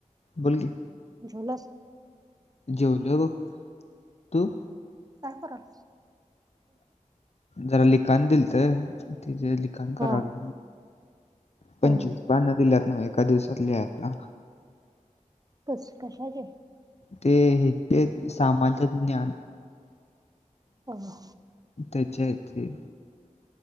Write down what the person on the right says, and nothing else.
जेवलास?
काय पूरल?
हा.
अ
कस कशाचे?
हो हो